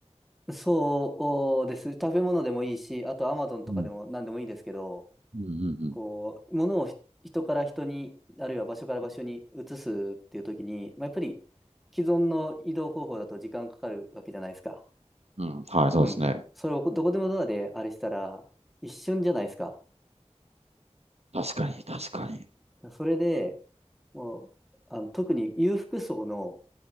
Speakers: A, in the centre; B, on the right.
A: そうです。食べ物でもいいし、あとアマゾンとかでも何でもいいんですけど、
B: うん。うんうんうん。
A: こう、物をひ人から人に、あるいは場所から場所に移すっていう時に、まあ、やっぱり既存の移動方法だと時間かかるわけじゃないですか。
B: うん、うんはい、そうですね。
A: うん。それをどこでもドアであれしたら、一瞬じゃないですか。
B: 確かに、確かに。
A: それで、もう、あの、特に裕福層の、